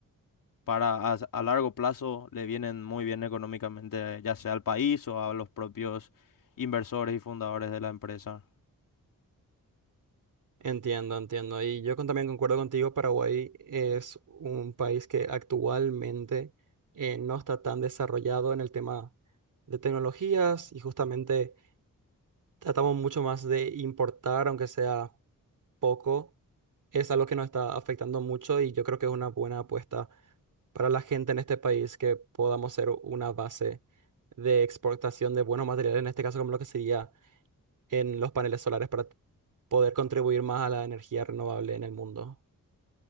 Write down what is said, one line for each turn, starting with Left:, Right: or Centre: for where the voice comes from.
Left: para a, a largo plazo le vienen muy bien económicamente, ya sea al país o a los propios inversores y fundadores de la empresa.
Right: Entiendo, entiendo. Y yo con- también concuerdo contigo, Paraguay es un país que actualmente eh, no está tan desarrollado en el tema de tecnologías y justamente tratamos mucho más de importar, aunque sea poco. Es algo que nos está afectando mucho y yo creo que es una buena apuesta para la gente en este país que podamos ser una base de exportación de buenos materiales, en este caso como lo que sería en los paneles solares para poder contribuir más a la energía renovable en el mundo.